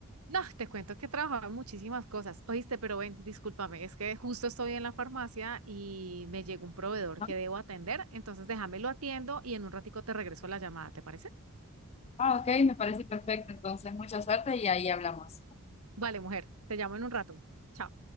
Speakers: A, on the right; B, on the left.
A: No, te cuento que trabajaba en muchísimas cosas. Oíste, pero ven, discúlpame, es que justo estoy en la farmacia y me llegó un proveedor
B: ¿no?
A: que debo atender, entonces déjame lo atiendo y en un ratico te regreso la llamada, ¿te parece?
B: Ah, ok, me parece perfecto. Entonces, mucha suerte y ahí hablamos.
A: Vale, mujer, te llamo en un rato. Chao.